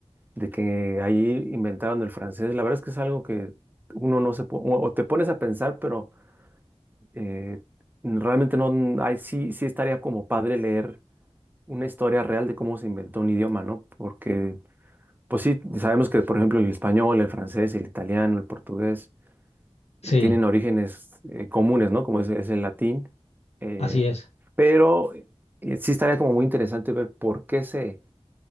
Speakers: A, on the right; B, on the left.
A: de que ahí inventaron el francés, la verdad es que es algo que uno no se, po- o o te pones a pensar, pero eh, realmente no, ahí sí, sí estaría como padre leer una historia real de cómo se inventó un idioma, ¿no? Porque, pues sí, sabemos que, por ejemplo, el español, el francés, el italiano, el portugués
B: Sí,
A: eh, tienen orígenes eh, comunes, ¿no? Como es, es el latín. eh,
B: así es.
A: pero eh, sí estaría como muy interesante ver por qué se,